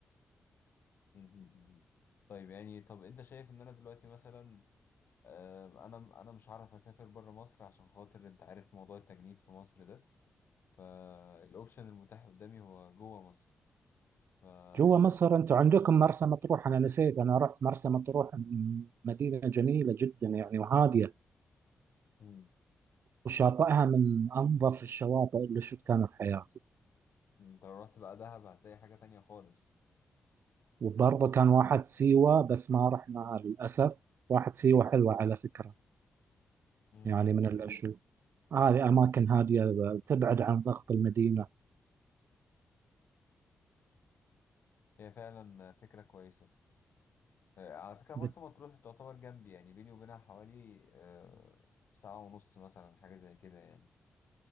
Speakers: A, on the left; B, on the right.
A: مم. مم. طيب يعني طب انت شايف ان انا دلوقتي مثلا آه، انا انا مش هعرف اسافر بره مصر عشان خاطر انت عارف موضوع التجنيد في مصر ده فالاوبشن المتاح قدامي هو جوه مصر فانت
B: جوا مصر انتوا عندكم مرسى مطروح انا نسيت انا رحت مرسى مطروح م- مدينة جميلة جدا يعني وهادية
A: مم.
B: وشاطئها من أنظف الشواطئ اللي شفتها في حياتي
A: انت لو رحت بقى دهب هتلاقي حاجة تانية خالص
B: وبرضه كان واحد سيوة بس ما رحناها للأسف واحد سيوة حلوة على فكرة
A: مم.
B: يعني من الأشياء هذه أماكن هادية تبعد عن ضغط المدينة
A: هي فعلا فكرة كويسة آه، على فكرة مرسى
B: بت-
A: مطروح تعتبر جنبي يعني بيني وبينها حوالي آه، ساعة ونص مثلا حاجة زي كده يعني